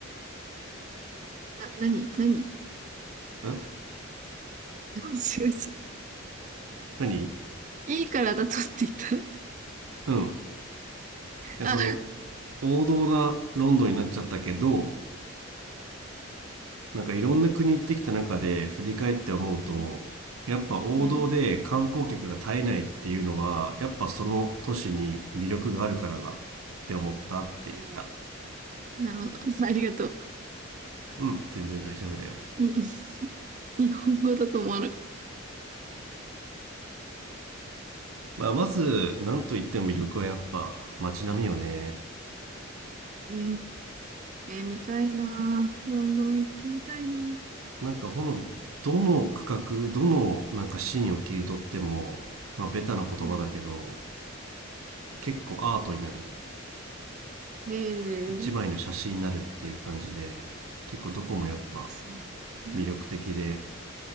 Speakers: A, on the right (about 35°); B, on the right (about 85°).
A: な、なに、なに
B: う。ん
A: <laughs> そうそう
B: 何
A: いいからだとって言った。
B: うん。いやその
A: あ、
B: 王道なロンドンになっちゃったけどなんかいろんな国行ってきた中で振り返って思うとやっぱ王道で観光客が絶えないっていうのはやっぱその都市に魅力があるからだっ
A: うん、うん。
B: て思ったって言った。
A: いやなるほど。ありがとう。
B: うん全然大丈夫だよ、
A: に、日本語だと思わなかっ
B: まあ、まず何といっても魅力はやっぱ街並みよね
A: た。うんえー、見たいなー。ロンドン行ってみたいなー。
B: なんかほのどの区画どのなんかシーンを切り取っても、まあ、ベタな言葉だけど
A: うん。
B: 結構アートになる
A: へえ。
B: 一枚の写真になるっていう感じで結構どこもやっぱ
A: あ、そうね。
B: 魅力的で